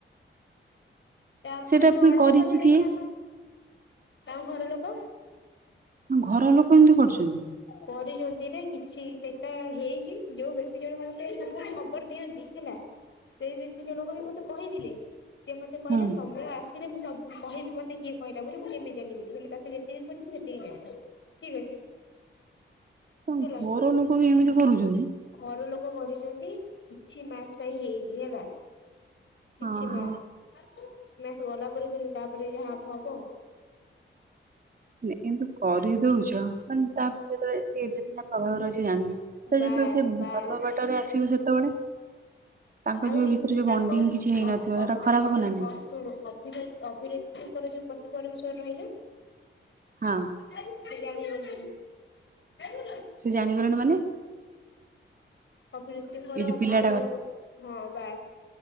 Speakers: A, on the left; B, on the right.
A: ତାକୁ
B: ସେଇଟା ପୁଣି
A: ଅଳପ
B: କରିଛି
A: ଭାତ
B: କିଏ
A: ଦେଇଥାନ୍ତ କଣ ଘର ଲୋକ?
B: ତାଙ୍କ ଘର ଲୋକ ଏମିତି କରୁଛନ୍ତି
A: କରିଛନ୍ତି ରେ କିଛି ସେଟା ହେଇଛି ଯୋଉ ବ୍ୟକ୍ତି ଜଣକ ମତେ ସବୁ ଖବର ଦିଅନ୍ତି ହେଲା?
B: <inaudible>
A: ସେଇ ବ୍ୟକ୍ତି ଜଣକ ବି ମତେ କହିଥିଲେ ସିଏ ମତେ କହିଲେ
B: ହୁଁ।
A: ସମୟ ଆ ସେଥିରେ ମୁ ସବୁ କହିବି ମତେ କିଏ କହିଲ ବୋଲି ମୁଁ କେମିତି ଜାଣିପାରିବୁ ହେଲା ତତେ ଯେତିକି କହୁଛନ୍ତି ସେତିକି ଜାଣିଥା ଠିକ ଅଛି।
B: ତାଙ୍କ
A: ହେଲା
B: ଘର ଲୋକ ବି ଏମିତି କରୁଛନ୍ତି?
A: ଘର ଲୋକ କରିଛନ୍ତି କିଛି ମାସ ହେଇଛି ହେଲା କିଛି
B: ହଁ ହଁ।
A: ମାସ କିଛି ମାସ ଗଲା ପରେ ତ ତାପରେ ଯା ହବ ହବଆଉ
B: ଏମିତି କରିଦଉଛ ମାନେ ତା ଯେତେବେଳେ ସେ ଏବେ ସିନା ପ୍ରଭାବରେ ଅଛି ଜାଣିନି ସେ
A: ବାସ୍
B: ଯେତେବେଳେ ସେ
A: ବାସ୍
B: ଭଲ ବାଟରେ ଆସିବ ସେତେବେଳେ? <inaudible>
A: ଆଉଏ
B: ଯୋଉ ଭିତରେ ଯୋଉ
A: ତାଙ୍କ
B: ବଣ୍ଡିଙ୍ଗ କିଛି ହେଇନଥିବ
A: ଅପ୍-
B: ସେଟା
A: ଅପ୍
B: ଖରାପ
A: -
B: ହବ
A: ଅପ୍
B: ନା
A: -
B: ନାଇଁ
A: ଅସୁଣୁ ଅଭି ଅଭିନେତ୍ରୀଙ୍କର ଯୋଉ ପତି ପରମେଶ୍ୱର ରହିଲେ
B: ହଁ।
A: <unintelligible>
B: ସେ ଜାଣିଗଲେଣି ମାନେ?
A: ଅଭିନେତ୍ରୀଙ୍କର
B: ଏଇ ଯୋଉ ପିଲାଟା
A: ଆଉ ଜଣ
B: କଥା
A: ବସ୍ ହଁ ବାସ୍।